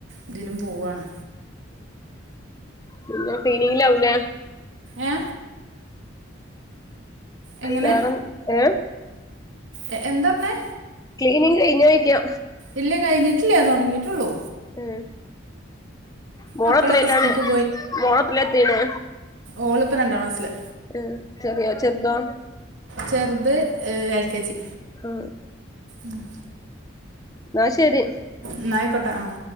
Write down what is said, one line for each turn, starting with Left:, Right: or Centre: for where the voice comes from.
Right: ഇതിലും പോവാണ്.
Left: പിന്നെ ക്ലീനിംഗ് ലാകും ലേ
Right: ഏ എങ്ങനെ
Left: വേറ ഏ
Right: എ- എന്താ പറഞ്ഞേ
Left: ക്ലീനിംങ് കഴിഞ്ഞോ ചോദിക്കാ
Right: ഇല്ല കഴിഞ്ഞിട്ടില്ല തുടങ്ങിയിട്ടുള്ളൂ
Left: ഉം, മോള്
Right: മക്കളൊക്കെ
Left: എത്രയിലാണ്,
Right: സ്കൂൾക്ക്
Left: മോളത്ര എത്തിണെ?
Right: ഓളിപ്പ രണ്ടാം ക്ലാസ്സില്
Left: ഉം ചെറിയോ ചെറുതോ
Right: ചെറ്ത് എൽ കെ ജി
Left: ആ
Right: ഉം
Left: ന്നാ ശെരി
Right: എന്നാ ആയിക്കോട്ടെ ആഹ്.